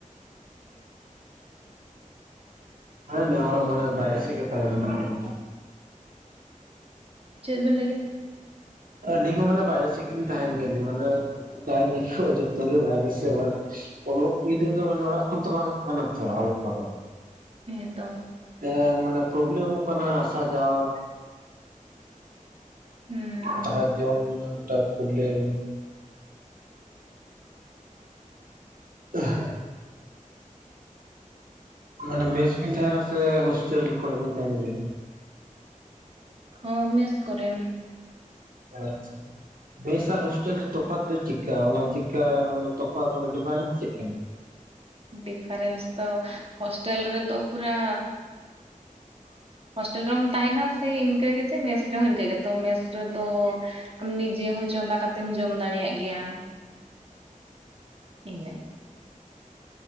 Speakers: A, on the right; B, on the right.
A: ᱦᱳᱭ ᱱᱮᱦᱚᱨᱚ ᱢᱟᱱᱮ ᱵᱟᱭᱨᱮ ᱥᱤᱜ ᱜᱮᱢ ᱛᱟᱸᱦᱮᱱ ᱠᱟᱱᱟ ᱵᱩ
B: ᱪᱮᱫ ᱵᱤᱱ ᱞᱟᱹᱭ ᱠᱮᱫᱟ?
A: ᱟᱹᱞᱤᱧ ᱦᱚᱸ ᱢᱟᱱᱮ ᱵᱟᱭᱨᱮ ᱥᱮᱜ ᱜᱮᱞᱤᱧ ᱛᱟᱦᱮᱱ ᱜᱮᱭᱟᱞᱤᱧ ᱢᱟᱱᱮ ᱛᱟᱦᱮᱱ ᱜᱮᱠᱚ ᱡᱚᱛᱚ ᱜᱮ ᱵᱟᱭᱨᱮ ᱥᱮᱫ ᱚᱞᱚᱜ ᱠᱤᱨᱟᱹ ᱫᱚ ᱚᱱᱮ ᱚᱲᱟᱜ ᱠᱷᱚᱱ ᱛᱚ ᱵᱟᱝ ᱦᱳᱭᱳᱜ ᱠᱟᱱᱟ ᱛᱚ ᱚᱞᱚᱜ ᱠᱚᱫᱚ
B: ᱦᱮᱸ ᱛᱚ
A: ᱦᱮᱸ ᱢᱟᱱᱮ ᱯᱨᱚᱵᱞᱮᱢ-ᱚᱜ ᱠᱟᱱᱟ ᱟᱥᱟ ᱡᱟᱣᱟ
B: ᱦᱩᱸ
A: ᱛᱟᱦᱟ ᱡᱚᱢᱧᱩ ᱮᱱᱟᱜ ᱢᱤᱫᱴᱟᱝ ᱯᱚᱵᱞᱮᱢ <unintelligible> ᱢᱟᱱᱮ ᱢᱮᱥ ᱵᱤᱱ ᱛᱟᱦᱮᱱᱟ ᱥᱮ ᱦᱳᱥᱴᱮᱞ ᱠᱚᱲᱮ ᱵᱤᱱ ᱛᱟᱦᱮᱱᱟ ᱟᱵᱤᱱ?
B: ᱚ ᱢᱮᱥ ᱠᱚᱨᱮ
A: ᱟᱪᱪᱷᱟ ᱢᱮᱥᱟ ᱟᱨ ᱦᱳᱥᱴᱮᱞ ᱛᱚᱯᱷᱟᱛ ᱫᱚ ᱪᱤᱠᱟ ᱚᱱᱟ ᱪᱤᱠᱟ ᱢᱟᱱᱮ ᱛᱚᱯᱷᱟᱛ ᱢᱟᱱᱮ ᱰᱤᱯᱷᱟᱨᱮᱱᱥ ᱪᱮᱜ ᱠᱟᱱᱟ?
B: ᱰᱤᱯᱷᱟᱨᱮᱱᱥ ᱛᱚ ᱦᱳᱥᱴᱮᱞ ᱨᱮᱫᱚ ᱯᱩᱨᱟ ᱦᱳᱥᱴᱮᱞ ᱨᱮᱦᱚᱸᱚᱢ ᱛᱟᱦᱮᱱᱟ ᱥᱮ ᱤᱱᱠᱟᱹᱜᱮ ᱡᱮ ᱢᱮᱥ ᱨᱮᱦᱚᱸ ᱤᱱᱠᱟᱹᱜᱮᱛᱚ ᱢᱮᱥ ᱨᱮᱫᱚ ᱟᱢ ᱱᱤᱡᱮ ᱦᱚᱸ ᱪᱚᱸᱫᱟ ᱠᱟᱛᱮᱢ ᱡᱚᱢ ᱫᱟᱲᱮᱭᱟᱜ ᱜᱮᱭᱟ ᱤᱱᱟᱹ